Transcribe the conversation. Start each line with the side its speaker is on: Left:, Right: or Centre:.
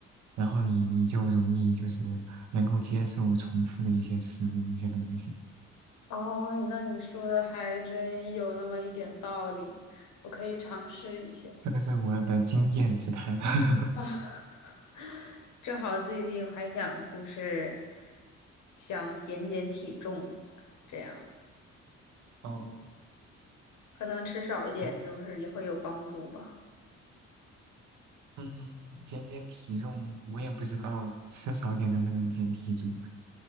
Right: 然后你你就容易就是能够接受重复的一些食物、一些东西。
Left: 哦，那你说的还真有那么一点道理，我可以尝试一下
Right: 这个是我的经验之谈。<laughs>
Left: 啊。<laughs> 正好最近还想就是想减减体重，这样
Right: 哦，
Left: 可能吃少一点就是也会有帮助吧。
Right: 减嗯，减减体重，我也不知道吃少点能不能减体重。